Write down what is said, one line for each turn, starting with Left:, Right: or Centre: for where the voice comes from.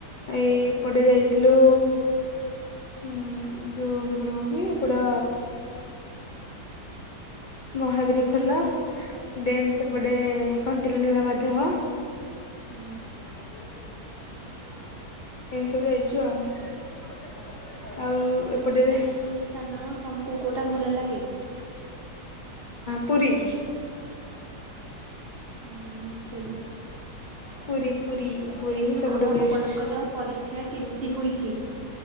Left: ଏଇପଟେ ଯାଇଥିଲୁ ହୁଁ ଯୋ ହେପଡ଼ କଣ କି, ଏପଟ ମହାବୀର ଖୋଲ। ଦେନ୍ ସେପଟେ
Right: ହୁଁ
Left: କଣ୍ଟିଲ ନୀଳ ମାଧବ।
Right: ହୁଁ।
Left: ଶରୀର ସମ୍ଧ ଏମିତି ସବୁ ଯାଇଛୁ ଆଉ। ଆଉ ଏପଟରେ
Right: ସାନ ତମକୁ କୋଉଟା ଭଲ ଲାଗେ?
Left: ପୁରୀ।
Right: ହୁଁ ମତେ ବି।
Left: ପୁରୀ ପୁରୀ। ପୁରୀ ହିଁ ସବୁଠୁ
Right: ଆଉ ଆପଣଙ୍କର
Left: ବେଷ୍ଟ।
Right: ପରୀକ୍ଷା କେମିତି ହୋଇଛି?